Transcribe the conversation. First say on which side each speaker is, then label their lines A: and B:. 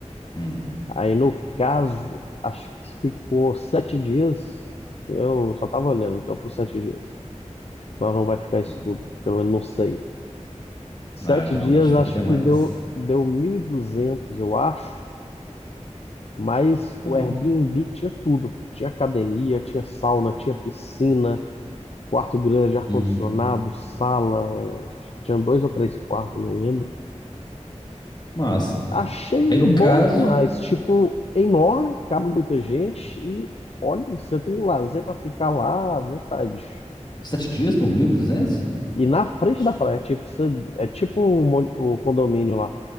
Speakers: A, on the left (about 35°); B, on the left (about 55°).
A: Hum,
B: Aí, no caso, acho que ficou sete dias. Eu só tava olhando, então, por sete dias. Nós não vai ficar isso
A: hum.
B: tudo, pelo menos não sei. Sete
A: Ah, geralmente
B: dias,
A: fica
B: acho
A: até mais.
B: que deu, deu 1.200, eu acho. Mas
A: Ó,
B: o Airbnb tinha tudo. Tinha academia, tinha sauna, tinha piscina, quarto grande, ar-condicionado,
A: hum,
B: sala. Tinha dois ou três quartos, não lembro.
A: massa.
B: Achei
A: Aí no
B: bom
A: caso,
B: demais. Tipo, é enorme, cabe muita gente. E olha, você tem lazer pra ficar lá à vontade.
A: sete dias por mil e duzentos
B: E na frente
A: Isso.
B: da praia, tipo, você, é tipo o, mon- o condomínio lá.